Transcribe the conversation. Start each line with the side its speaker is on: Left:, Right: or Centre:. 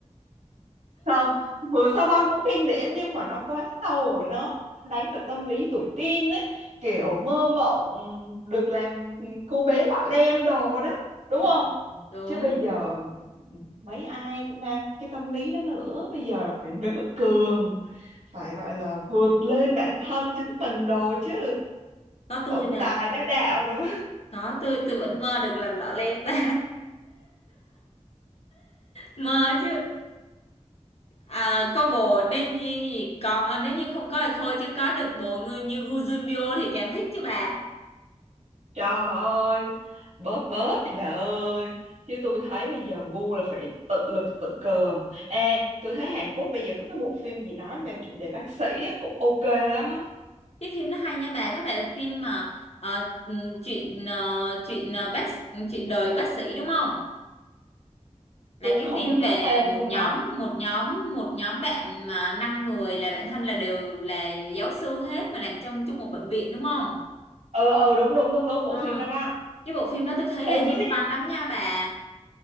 Right: không vừa sao băng cũng kinh điển nhưng mà nó quá sâu rồi nó đánh vào tâm lý tuổi teen ấy kiểu mơ mộng được làm cô bé lọ lem đồ đó đúng
Left: Ừ.
Right: không
Left: Đúng,
Right: chứ bây giờ mấy ai mang cái tâm lý đó nữa bây giờ là phải nữ cường phải gọi là vượt lên bản thân chính mình đồ chứ
Left: có tôi
Right: tổng
Left: bà.
Right: tài bá đạo đồ
Left: Có tôi tôi vẫn mơ được làm lọ lem bà. mơ chứ à, có bồ nên như gì có nếu như không có thì thôi chứ có được bồ người như Gu Junbyo thì càng thích chứ bà
Right: Trời ơi, bớt bớt đi bà ơi. Chứ tôi thấy bây giờ gu là phải tự lực tự cường. Ê, tôi thấy Hàn Quốc bây giờ có cái bộ phim gì nói về chủ đề bác sĩ á, cũng ok lắm á.
Left: cái phim nó hay nha bà có phải là phim mà ờ, ừm, chuyện ờ, chuyện ờ, bác chuyện đời bác sĩ đúng không là
Right: Tôi
Left: cái
Right: không
Left: phim
Right: có nhớ
Left: về
Right: tên
Left: một
Right: nhưng
Left: nhóm
Right: mà...
Left: một nhóm một nhóm bạn mà năm người là bạn thân là đều là giáo sư hết mà làm trong chung một bệnh viện đúng không
Right: Ờ, ờ, đúng, đúng, đúng, đúng, bộ
Left: Ờ,
Right: phim đó đó.
Left: cái bộ phim đó tôi thấy
Right: Ê,
Left: là nhân
Right: tôi thấy
Left: văn lắm nha bà